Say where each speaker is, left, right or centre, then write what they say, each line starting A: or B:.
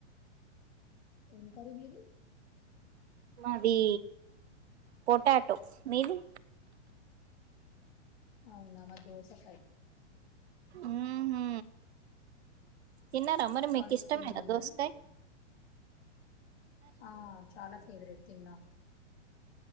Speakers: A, on the left (about 55°); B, on the right (about 60°).
A: ఏం కార వీది
B: మాది పొటాటో మీది?
A: అవునా మ దోసకాయ్
B: మ్హ తిన్నారా మరి మీకు
A: కాలేజ్కి
B: ఇష్టమేనా
A: వెళ్ళిలా
B: దోసకాయ్?
A: మరి ఆ చాలా ఫేవరెట్ తిన్నా.